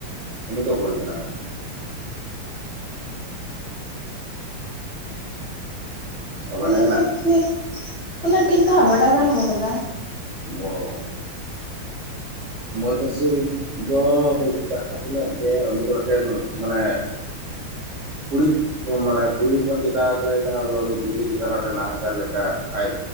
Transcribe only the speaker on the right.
ᱩᱱᱤ ᱫᱚ ᱚᱠᱚᱭ ᱠᱟᱱᱟᱜᱼᱼ ᱚᱱᱠᱟ ᱵᱟᱰᱟᱭ
ᱦᱮᱱᱟᱜ-ᱟ
<unintelligible> ᱢᱚᱭᱥᱟᱥᱩᱨ ᱫᱚ ᱦᱚᱭᱛᱚ ᱡᱟᱦᱟᱸ ᱛᱤᱱᱟᱹᱜ ᱜᱮ ᱩᱱᱤ ᱫᱚ ᱢᱤᱫᱴᱮᱱ ᱢᱟᱱᱮᱻ ᱠᱩᱲᱤᱼᱼ ᱢᱟᱱᱮ ᱠᱩᱲᱤ ᱦᱚᱯᱚᱱ ᱪᱮᱛᱟᱱ ᱨᱮ ᱡᱟᱦᱟᱸ ᱫᱚ ᱩᱱᱤ ᱫᱩᱨᱜᱟᱹ ᱪᱮᱛᱟᱱ ᱨᱮ ᱱᱟᱦᱟᱪᱟᱨ ᱞᱮᱠᱟ ᱟᱡ